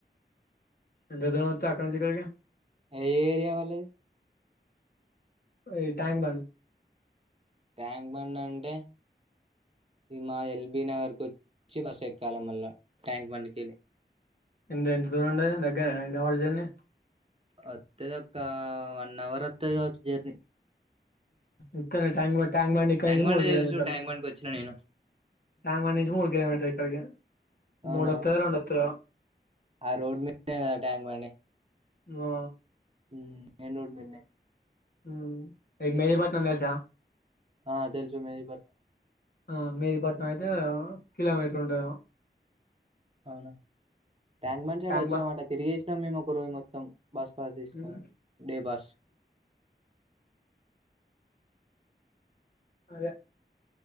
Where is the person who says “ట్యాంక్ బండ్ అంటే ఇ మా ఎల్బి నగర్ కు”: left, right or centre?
Right